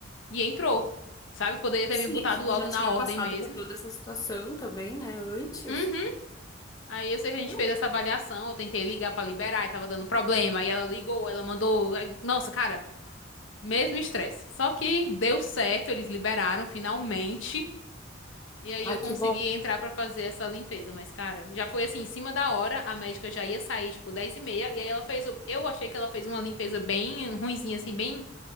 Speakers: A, on the left (about 80°); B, on the left (about 20°).
A: e entrou, sabe? Poderia ter
B: Sim,
A: me botado
B: e tu
A: logo
B: já tinha
A: na ordem
B: passado
A: mesmo.
B: por toda essa situação também, né? Antes.
A: Uhum. Aí eu sei que a gente
B: Não.
A: fez essa avaliação, eu tentei ligar pra liberar e tava dando problema, aí ela ligou, ela mandou, aí- nossa, cara, mesmo estresse. Só que deu certo, eles liberaram finalmente. E aí
B: Ai,
A: eu consegui
B: que bom.
A: entrar pra fazer essa limpeza, mas cara, já foi assim, em cima da hora, a médica já ia sair, tipo, 10 e meia, e aí ela fez, o- eu achei que ela fez uma limpeza bem ruinzinha, assim, bem